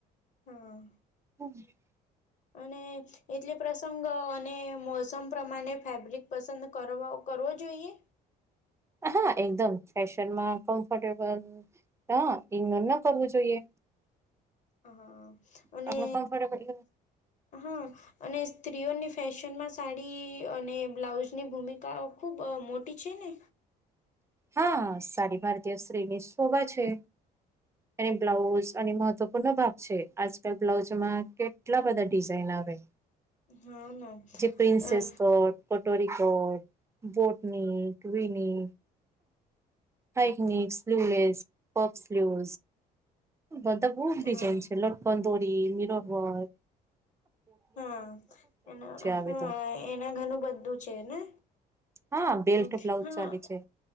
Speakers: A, on the left (about 45°); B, on the right (about 15°).
A: હા
B: <unintelligible>
A: અને એટલે પ્રસંગ અને મોસમ પ્રમાણે ફેબ્રિક પસંદ કરવો જોઈએ
B: હા એકદમ ફેશનમાં કમ્ફર્ટેબલ હ ઇગ્નોર ના કરવું જોઈએ
A: હા હા અને
B: આપણું કમ્ફર્ટેબલ
A: હા અને સ્ત્રીઓની ફેશનમાં સાડી અને બ્લાઉઝની ભૂમિકા ખૂબ મોટી છે ને
B: હા સારી ભારતીય સ્ત્રીની શોભા છે એની બ્લાઉઝ અને મહત્વપૂર્ણો ભાગ છે આજકાલ બ્લાઉઝમાં કેટલા બધા ડિઝાઇન આવે
A: હા ના
B: જે પ્રિન્સેસ
A: હા
B: કટ કટોરીકટ, બોટની ટુઈની હઇકનીક, સ્લ્યુલેસ, પપ સ્લ્યુ બધા બહુ જ ડિઝાઇન
A: હા
B: છે લટકંદોરી, મિરોવર વક
A: હા એના
B: આવે
A: હા
B: તો
A: એના ઘણું બધું છે ને
B: હા બેલ્ટ
A: હ
B: બ્લાઉઝ
A: હા
B: ચાલે છે